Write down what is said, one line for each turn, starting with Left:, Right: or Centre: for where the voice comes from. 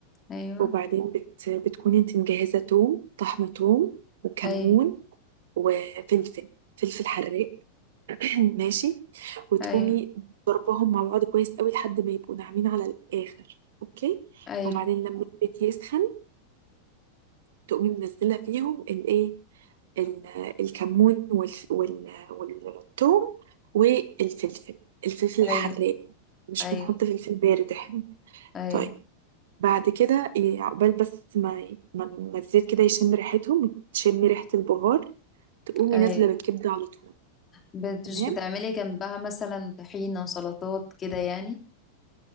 Left: ايوه
Right: وبعدين بت... بتكون انتي مجهزة توم طحنة توم وكمون
Left: ايوه
Right: وفلفل فلفل حراق ماشي وتقومي
Left: ايوه
Right: ضربهم مع بعض كويس قوي لحد ما يبقوا ناعمين على الآخر اوكي
Left: ايوه
Right: وبعدين لما الزيت يسخن تقومي منزلة فيهم الايه ال- الكمون وال وال والثوم والفلفل الفلفل الحراق
Left: ايوه
Right: مش
Left: ايوه
Right: بنحط فلفل بارد احنا
Left: ايوه
Right: طيب بعد كده إيه، عقبال بس ما ما ما الزيت كده يشم ريحتهم وتشمي ريحة البهار تقومي
Left: ايوه
Right: نازلة بالكبدة على طول
Left: بت-
Right: تمام
Left: مش بتعملي جنبها مثلا طحينة سلطات كده يعني؟